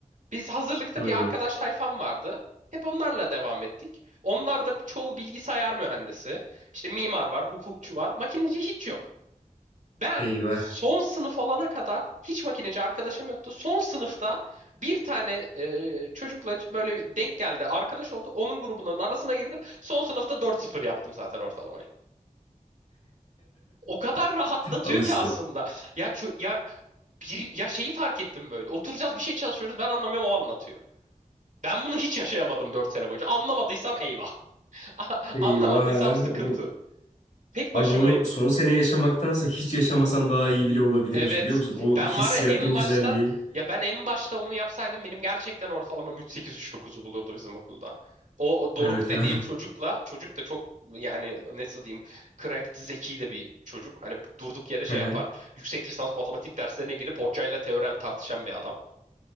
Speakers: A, on the right (about 65°); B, on the left (about 60°).
A: Biz hazırlıkta
B: Hmm,
A: bir arkadaş tayfam vardı. Hep onlarla devam ettik. Onlar da çoğu bilgisayar mühendisi. İşte mimar var, hukukçu var. Makineci hiç yok. Ben
B: eyvah.
A: son sınıf olana kadar hiç makineci arkadaşım yoktu. Son sınıfta bir tane e, çocukla böyle bir denk geldi. Arkadaş olduk. Onun grubunun arasına girdim. Son sınıfta dört sıfır yaptım zaten ortalamayı. O kadar rahatlatıyor
B: <laughs> Alıştı.
A: ki aslında. Ya çö- ya bir ya şeyi fark ettim böyle. Oturacağız bir şey çalışıyoruz. Ben anlamıyorum o anlatıyor. Ben bunu hiç yaşayamadım 4 sene boyunca. Anlamadıysam eyvah. <laughs>
B: Eyvah
A: Anlamadıysam sıkıntı.
B: oğlum.
A: Tek başımayım.
B: Abi onu son sene yaşamaktansa hiç yaşamasan daha iyi bile olabilirmiş
A: Evet.
B: biliyor musun? O
A: Ben
B: hissiyatın
A: var ya en
B: güzelliği.
A: başta ya ben en başta onu yapsaydım benim gerçekten ortalamam 3.8-3.9'u bulurdu bizim okulda. O, o Doruk
B: Evet
A: dediğim
B: abi.
A: çocukla çocuk da çok yani nasıl diyeyim cracked zeki de bir çocuk. Hani bu- durduk yere şey
B: Hı hı.
A: yapar. Yüksek lisans matematik derslerine girip hocayla teorem tartışan bir adam.